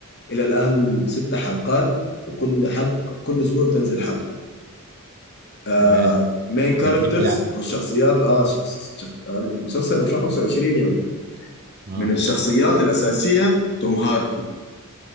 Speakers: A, on the left (about 50°); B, on the right (about 40°).
A: الى الان ست حلقات وكل حلقه كل اسبوع بتنزل حلقه آه
B: تمام
A: مين كاركترز
B: ده جديد يعني
A: او الشخصيات اه شخص شخ... آه، المسلسل 2025 يعني
B: اه
A: من الشخصيات الاساسيه توم هاردي